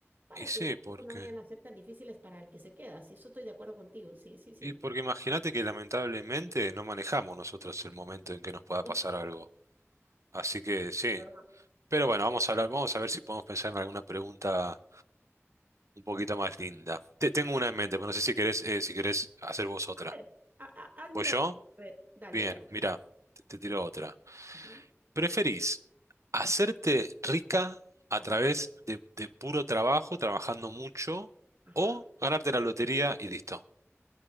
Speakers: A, on the right; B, on the right.
A: para
B: Y sí,
A: que las
B: porque.
A: cosas no vayan a ser tan difíciles para el que se queda. Si eso estoy de acuerdo contigo, sí, sí, sí.
B: Y porque imagínate que lamentablemente no manejamos nosotros el momento en que nos pueda
A: <laughs>
B: pasar
A: No,
B: algo. Así que sí.
A: perdón.
B: Pero bueno, vamos a hablar, vamos a ver si podemos pensar en alguna pregunta un poquito más linda. Te, tengo una en mente, pero no sé si querés, eh, si querés hacer vos otra.
A: A ver, ha- ha- házmela
B: ¿Voy yo?
A: tú. A ver, dale,
B: Bien,
A: dale.
B: mira, te te tiro otra.
A: Ajá,
B: ¿Preferís hacerte rica a
A: ajá,
B: través de, de puro trabajo, trabajando mucho,
A: ajá.
B: o ganarte la lotería y listo?